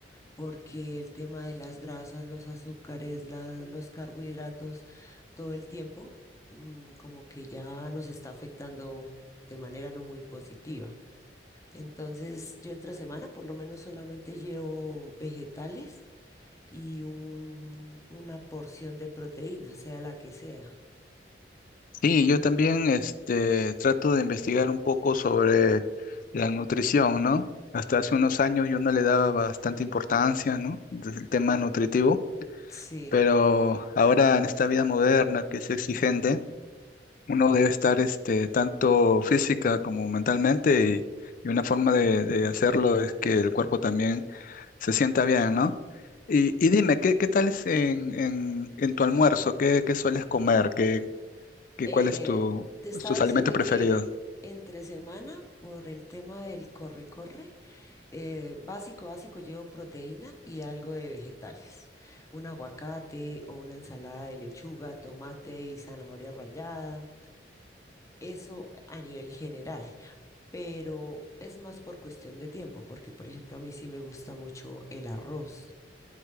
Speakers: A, on the left (about 15°); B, on the left (about 45°).
A: porque el tema de las grasas, los azúcares, la- los carbohidratos, todo el tiempo, mm, como que ya nos está afectando de manera no muy positiva. Entonces, yo entre semana por lo menos solamente llevo vegetales y un- una porción de proteína, sea la que sea.
B: Sí, yo también este, trato de investigar un poco sobre la nutrición, ¿no? Hasta hace unos años yo no le daba bastante importancia, ¿no? Desde el tema nutritivo,
A: Sí.
B: pero ahora en esta vida moderna que es exigente, uno debe estar este, tanto física como mentalmente y, y una forma de, de hacerlo es que el cuerpo también se sienta bien, ¿no? Y, y dime, ¿qué, qué tal es en, en, en tu almuerzo? ¿Qué, qué sueles comer? ¿Qué, qué,
A: Eh,
B: cuál es tu,
A: te estaba
B: tus
A: diciendo
B: alimentos preferidos?
A: que entre semana, por el tema del corre-corre, eh, básico, básico, llevo proteína y algo de vegetales. Un aguacate o una ensalada de lechuga, tomate y zanahoria rallada. Eso a nivel general, pero es más por cuestión de tiempo, porque por ejemplo a mí sí me gusta mucho el arroz